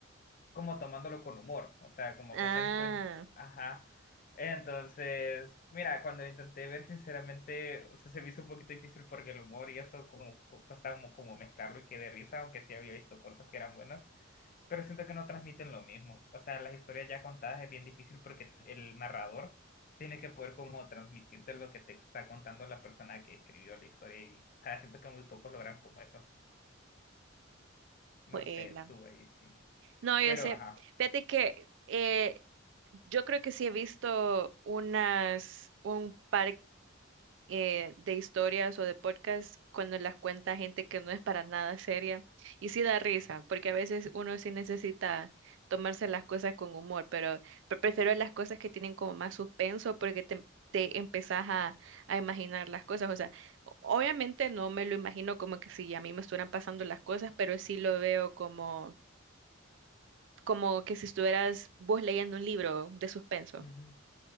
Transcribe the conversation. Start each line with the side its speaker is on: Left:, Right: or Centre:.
Left: como tomándolo con humor, o sea, como
Right: Ah,
Left: cuentan historias, ajá. Entonces, mira, cuando lo intenté ver, sinceramente, o sea, se me hizo un poquito difícil porque el humor y eso como cu- cuesta como, como mezclarlo y que de risa, aunque sí había visto cortos que eran buenos, pero siento que no transmiten lo mismo. O sea, las historias ya contadas es bien difícil porque el narrador tiene que poder como transmitirte lo que te está contando la persona que escribió la historia y, o sea, siento que muy pocos logran como eso. No
Right: bueno.
Left: sé, tú ahí sí.
Right: No, yo
Left: Pero,
Right: sé.
Left: ajá.
Right: Fíjate que eh, yo creo que sí he visto unas, un par eh, de historias o de podcasts cuando las cuenta gente que no es para nada seria. Y sí da risa, porque a veces uno sí necesita tomarse las cosas con humor, pero pre- prefiero las cosas que tienen como más suspenso porque te, te empezás a, a imaginar las cosas. O sea, o- obviamente no me lo imagino como que si a mí me estuvieran pasando las cosas, pero sí lo veo como como que si estuvieras vos leyendo un libro de suspenso.
Left: Ujú. <laughs>